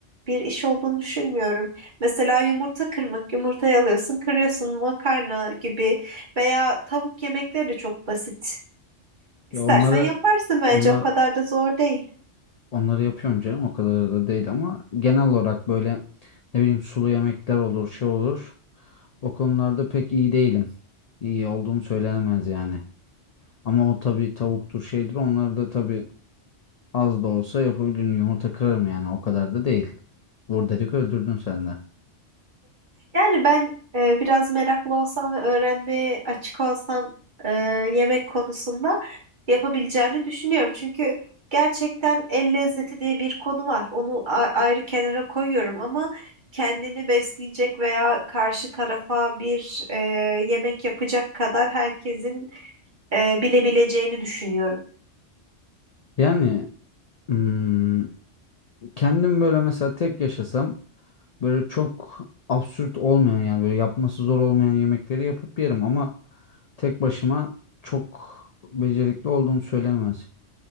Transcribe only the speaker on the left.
Ya onları
onları
onları yapıyorum canım o kadar da değil ama genel olarak böyle ne bileyim sulu yemekler olur şey olur. O konularda pek iyi değilim. İyi olduğum söylenemez yani. Ama o tabii tavuktur şeydir onları da tabii az da olsa yapabilirim yumurta kırarım yani o kadar da değil. Vur dedik öldürdün sen de.
Yani hmm, kendim böyle mesela tek yaşasam böyle çok absürt olmayan yani böyle yapması zor olmayan yemekleri yapıp yerim ama tek başıma çok becerikli olduğum söylenemez.